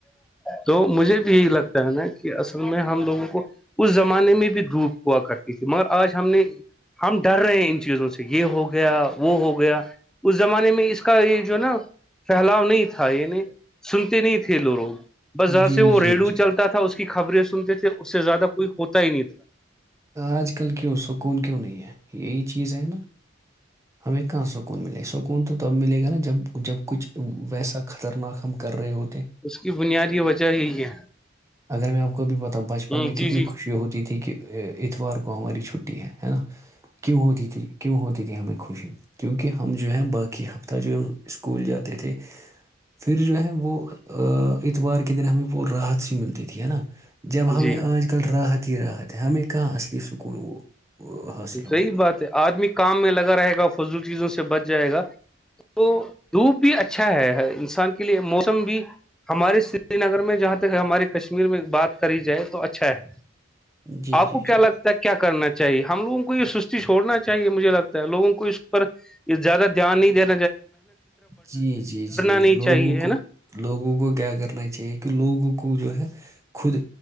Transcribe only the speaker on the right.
جی
جی
جی
آج کل کیوں سکون کیوں نہیں ہے یہی چیز ہے نا ہمیں کہاں سکون ملے سکون تو تب ملے گا نا جب جب کچھ ویسا خطرناک ہم کر رہے ہو
اگر میں بھی پتا بچپن
میں
کتنی
خوشی ہوتی تھی کہ اتوار کو ہماری چھٹی ہے ہے نا کیوں ہوتی تھی کیوں ہوتی تھی ہمیں خوشی کیونکہ ہم جو ہے باقی ہفتہ جو ہم اسکول جاتے تھے پھر جو ہے وہ اتوار کے دن ہمیں وہ راحت سی ملتی تھی ہے نا جب ہمیں
آج کل ر تیرا ہے ہمیں کاہ اصلی سکولون وہ وہ حاصل ہوگا
جی
جی
جی
جی جی جی
لوگوں
کو
لوگوں کو کیا کرنا چاہیے کہ لوگوں کو جو ہے خود